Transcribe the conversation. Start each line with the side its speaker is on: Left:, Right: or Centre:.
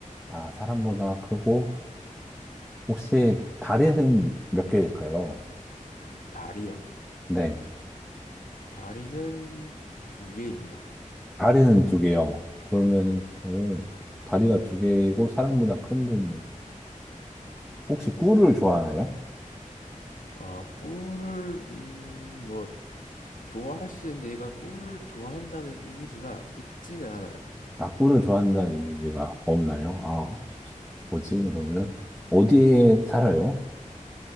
Centre: 아, 사람보다 크고, 혹시 다리는 몇 개일까요?
Left: 다리요?
Centre: 네.
Left: 다리는 두 개입니다.
Centre: 다리는
Left: 얘는.
Centre: 두 개요. 그러면은, 오, 다리가 두 개고 사람보다 큰 동물. 혹시 꿀을 좋아하나요?
Left: 어, 꿀을, 음, 뭐, 좋아할 수 있는데 얘가 꿀을 좋아한다는 이미지가 있지는 않아요.
Centre: 아, 꿀을 좋아한다는 이미지가 없나요? 아, 뭐지? 그러면, 어디에 살아요?